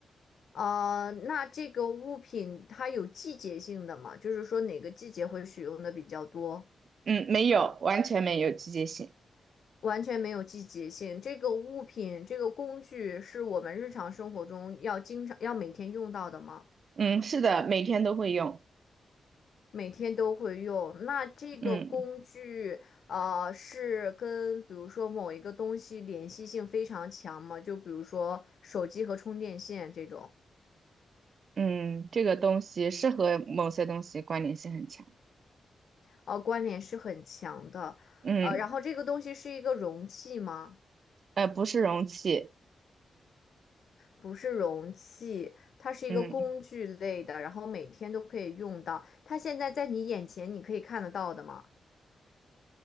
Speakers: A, on the left; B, on the right.
A: 呃，那这个物品它有季节性的吗？就是说哪个季节会使用的比较多？
B: 嗯，没有，完全没有季节性。
A: 完全没有季节性。这个物品，这个工具是我们日常生活中要经常要每天用到的吗？
B: 嗯，是的，每天都会用。
A: 每天都会用。那这个工具，
B: 嗯
A: 啊是跟比如说某一个东西联系性非常强吗？就比如说手机和充电线这种，
B: 嗯，这个东西是和某些东西关联性很强。
A: 呃，关联是很强的。
B: 嗯，
A: 呃，然后这个东西是一个容器吗？
B: 呃，不是容器。
A: 不是容器，它是一个工具类的，
B: 嗯，
A: 然后每天都可以用到。它现在在你眼前，你可以看得到的吗？